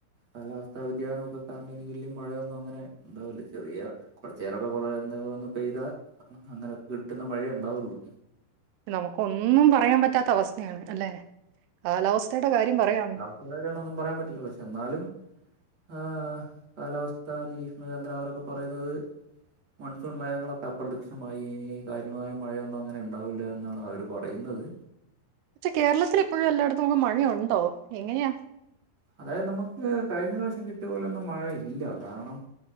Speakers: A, on the right; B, on the right.
A: കാലാവസ്ഥ വ്യതിയാനമൊക്കെ കാരണം ഇനി വല്യ മഴയൊന്നും അങ്ങനെ ഇണ്ടാവില്ല ചെറിയ കുറച്ചെരൊക്കെ കൊറെ എന്താന്ന് പെയ്താ അങ്ങനെ കിട്ടുന്ന മഴയെ ഉണ്ടാവറുള്ളു
B: നമുക്കൊന്നും പറയാൻ പറ്റാത്ത അവസ്ഥയാണ് അല്ലെ കാലാവസ്ഥയുടെ കാര്യം പറയാണെങ്കി
A: <unintelligible> ന്നും പറയാൻ പറ്റില്ല പക്ഷെ എന്നാലും ആഹ് കാലാവസ്ഥാ നിരീക്ഷണ കേന്ദ്ര അവരൊക്കെ പറയുന്നത് മനുഷ്യ ഉന്മേതങ്ങളൊക്കെ അപ്രത്യക്ഷമായി ഇനി കാര്യമായ മഴയൊന്നങ്ങനെ ണ്ടാവില്ലന്നാണ് അവർ പറയുന്നത്
B: പക്ഷെ കേരളത്തിൽ എപ്പോഴും എല്ലായിടത്തും നമുക്ക് മഴയുണ്ടോ എങ്ങനെയാ
A: അതായത് നമുക്ക് കഴിഞ്ഞ പ്രാവശ്യം കിട്ടിയപോലെയോന്നും മഴയില്ല കാരണം